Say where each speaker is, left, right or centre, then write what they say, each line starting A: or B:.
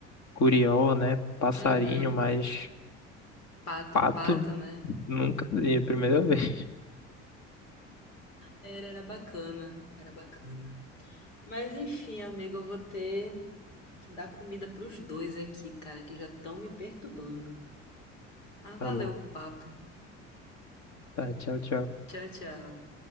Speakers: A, on the left; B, on the left.
A: curió, né? Passarinho,
B: uhum.
A: mas
B: Pato,
A: pato
B: pato, né?
A: nunca vi. É a Primeira vez.
B: Era, era bacana, era bacana. Mas enfim, amigo, eu vou ter que dar comida pros dois aqui, cara, que já estão me perturbando.
A: <laughs>
B: Ah, valeu
A: Tá bom.
B: o papo.
A: Tá, tchau, tchau.
B: Tchau, tchau.